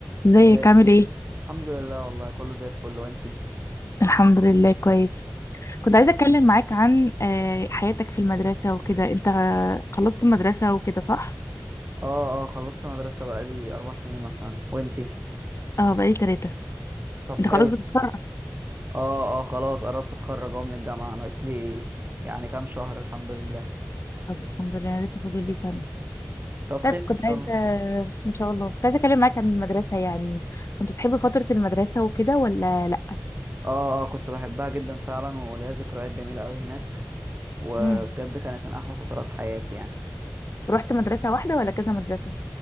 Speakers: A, on the left; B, on the right.
A: ازيك
B: ازاي
A: عامل ايه؟
B: الحمد لله والله كله زي الفل وانتي
A: الحمد لله كويس كنت عايزة اتكلم معاك عن آه، حياتك في المدرسة وكده انت خلصت المدرسة وكده صح؟
B: اه اه خلصت مدرسة بقالي اربع سنين مثلا وانتي
A: اه بقالي تلاتة
B: طب
A: انت
B: حلو
A: خلاص بتتخرج
B: اه اه خلاص قربت اتخرج اهو من الجامعة ناقص لي يعني كام شهر الحمد لله
A: طب الحمد لله انا لسه فاضل لي سنة
B: طب
A: طيب
B: خير
A: كنت
B: ان شاء
A: عايزة
B: الله
A: ان شاء الله كنت عايزة اتكلم معاك عن المدرسة يعني كنت بتحب فترة المدرسة وكده ولا لا؟
B: اه اه كنت بحبها جدا فعلا وليا ذكريات جميلة قوي هناك وبجد
A: امم
B: كانت من احلى فترات حياتي يعني
A: رحت مدرسة واحدة ولا كذا مدرسة؟